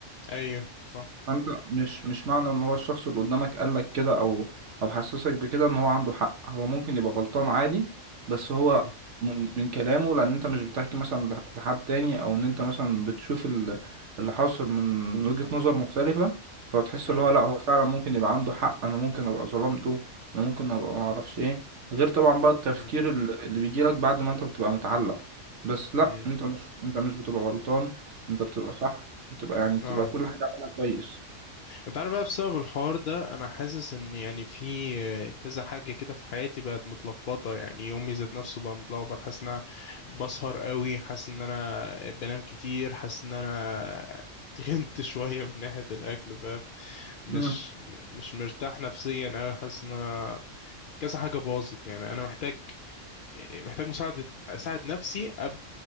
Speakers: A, on the left (about 55°); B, on the right (about 65°).
A: ايوه صح
B: فانت مش مش معنى ان هو الشخص اللي قدامك قالك كده او او حسسك بكده ان هو عنده حق هو ممكن يبقى غلطان عادي بس هو
A: امم
B: من من كلامه لان انت مش بتحكي مثلا لح- لحد تاني او ان انت مثلا بتشوف ال- اللي حاصل من وجهة نظر مختلفة فتحس
A: اه
B: اللي هو لا هو فعلا ممكن يبقى عنده حق انا ممكن ابقى ظلمته انا ممكن ابقى معرفش ايه غير طبعا بقى التفكير
A: امم
B: ال- اللي بيجيلك بعد ما انت بتبقى متعلق بس لا
A: امم
B: انت مش انت مش بتبقى غلطان انت بتبقى صح بتبقى يعني بتبقى
A: اه
B: كل حاجة عملها كويس
A: انت عارف بقى بسبب الحوار ده انا حاسس ان يعني في آه، كذا حاجه كده في حياتي بقت متلخبطه يعني يومي ذات نفسه بقى متلخبط حاسس ان انا بسهر قوي حاسس ان انا بنام كتير حاسس ان انا تخنت <laughs> شويه من ناحيه الاكل فاهم مش
B: مم.
A: مش مرتاح نفسيا قوي حاسس ان انا كذا حاجه باظت يعني انا محتاج محتاج مساعده اساعد نفسي قبل